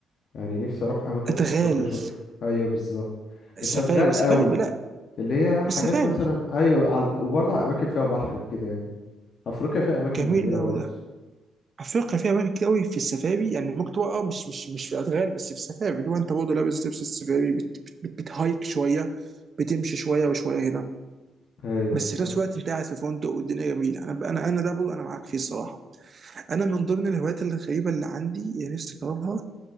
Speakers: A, on the left (about 60°); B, on the right (about 45°).
A: يعني نفسي اروح اماكن
B: ادغال
A: في افريقيا اشوفها ايوه بالظبط
B: السفاري
A: مش هتغال
B: سفاري
A: قوي
B: لا
A: اللي هي حاجات
B: بس سفاري
A: مثلا ايوه على الب... وبرضه اماكن فيها بحر وكده يعني افريقيا فيها اماكن
B: جميل
A: جميله
B: قوي
A: برضه
B: افريقيا فيها اماكن كتير قوي في السفاري يعني ممكن تبقى اه مش مش مش في ادغال بس في السفاري اللي هو انت برضه لابس لبس السفاري بت بت بت بتهايك شويه بتمشي شويه وشويه هنا
A: ايوه
B: بس
A: بالظبط
B: في نفس الوقت انت قاعد في فندق والدنيا جميله انا انا انا ده برضه انا معاك فيه الصراحه انا من ضمن الهوايات الغريبه اللي عندي اللي نفسي اجربها